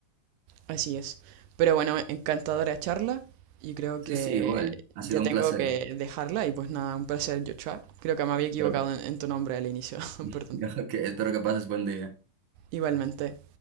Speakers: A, on the right (about 85°); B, on the right (about 55°).
A: Así es. Pero bueno, encantadora charla y creo
B: Sí,
A: que
B: sí, igual. Ha
A: ya
B: sido un
A: tengo
B: placer.
A: que dejarla y pues nada, un placer, Joshua. Creo que me había equivocado
B: Pero,
A: en en tu nombre al inicio,
B: <laughs>
A: <laughs> perdón.
B: que ok, espero que pases buen día.
A: Igualmente.